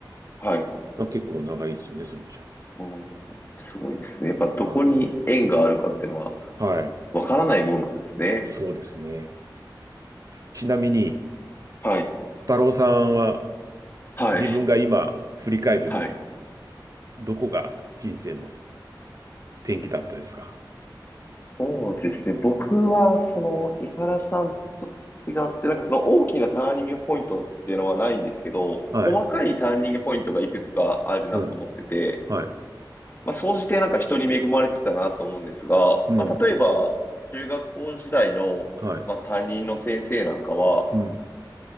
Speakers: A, on the left; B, on the right.
A: はい。
B: まあ、結構長いですよね、そういう意味じ
A: おー、すごいですね。やっぱどこに縁があるかっていうのは
B: ゃ。はい。はい。
A: わからないもんなんですね。
B: そうですね。ちなみに、
A: はい。
B: 小太郎さんは
A: はい。
B: 自分が今振り返るに、
A: はい。
B: どこが人生の転機だったですか
A: そうですね。僕は、その、井原さんと違って、なんかその大きなターニングポイントっていうのはないんですけど、
B: はい。
A: 細かいターニングポイントがいくつかあるなと思ってて、
B: うん。はい。
A: まあ、総じてなんか人に恵まれてたなと思うんですが、
B: うん。
A: まあ、例えば、中学校時代の、
B: はい。
A: まあ、担任の先生なんかは、
B: うん。